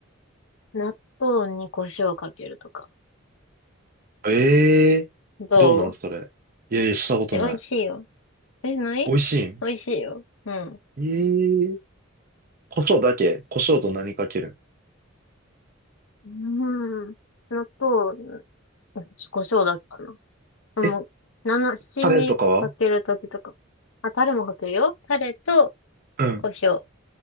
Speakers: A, on the left (about 75°); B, on the right (about 45°).
A: 納豆に胡椒かけるとか。
B: ええー、
A: どう
B: どうなんそれ。いやいや、したことない。
A: え、美味しいよ。え、ない美味しいよ。
B: 美味しいん
A: うん。
B: ええー、胡椒だけ胡椒と何かける
A: うん。納豆、胡椒だっけかな。でも、
B: え
A: なな七味かけるときとか。
B: タレとかは
A: あ、タレもかけるよ。タレと
B: うん。
A: 胡椒。